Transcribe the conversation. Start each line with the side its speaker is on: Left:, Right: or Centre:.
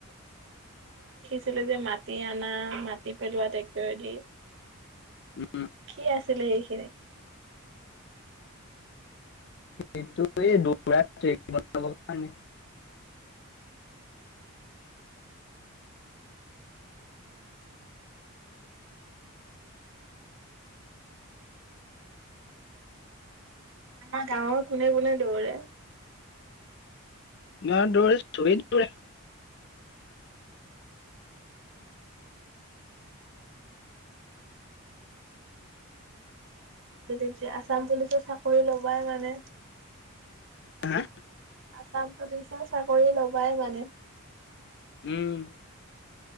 Right: ছিলে যে মাটি আনা মাটি পেলোৱা ট্ৰেক্টৰেদি।
Left: উম,
Right: কি আছিলে সেইখিনি?
Left: এইটো এই দৌৰা ট্ৰেক বনাবৰ কাৰণে।
Right: আমাৰ গাৱঁৰ কোনে-কোনে দৌৰে?
Left: না দৌৰে চবে দৌৰে।
Right: তেতিয়া আছাম পুলিচ চাকৰি লবাই মানে? আছাম
Left: হা?
Right: আচাম পুলিচৰ চাকৰি লবাই মানে?
Left: উম।